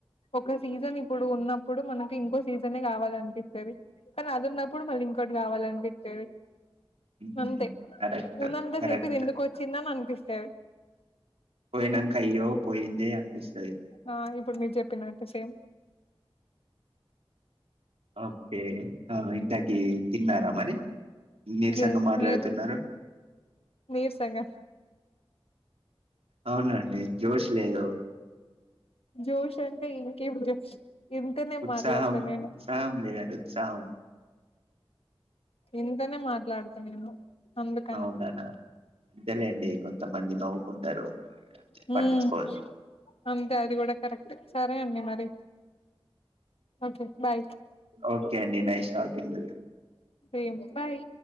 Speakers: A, on the left (about 75°); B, on the right (about 90°).
A: ఒక సీజన్ ఇప్పుడు ఉన్నప్పుడు మనకి ఇంకో సీజనే కావాలనిపిస్తుంది కానీ అది ఉన్నప్పుడు మళ్ళీ ఇంకోటి రావాలనిపిస్తది
B: మ్మ్.
A: అంతే
B: కరెక్ట్
A: ఉన్నంత
B: కరెక్ట్
A: సేపు ఇది ఎందుకు వచ్చిందని అని అనిపిస్తది
B: పోయినాక అయ్యో పోయిందే అనిపిస్తది
A: ఆ ఇప్పుడు మీరు చెప్పినట్టు సేమ్
B: ఓకే ఆ ఇంతకి తిన్నారా మరి నిరసంగా
A: ఎస్
B: మాట్లాడుతున్నారు
A: మీరు నీరసంగా
B: అవునండి జోష్ లేదు
A: జోష్ అంటే ఇంకేం జోష్ ఇంతనే
B: ఉత్సాహం
A: మాట్లాడతా నేను
B: ఉత్సాహం లేదడి ఉత్సాహం
A: ఇంతనే మాట్లాడుతా నేను అందుకనే
B: అవుననా అంతేలేండి కొంతమంది నవ్వుకుంటారు
A: హ్మ్.
B: పట్టించుకోవద్దు
A: అంతే అది కూడా కరెక్ట్ సరే అండి మరి ఓకే బాయ్
B: ఓకే అండి నైస్ టాకింగ్
A: సేమ్ బాయ్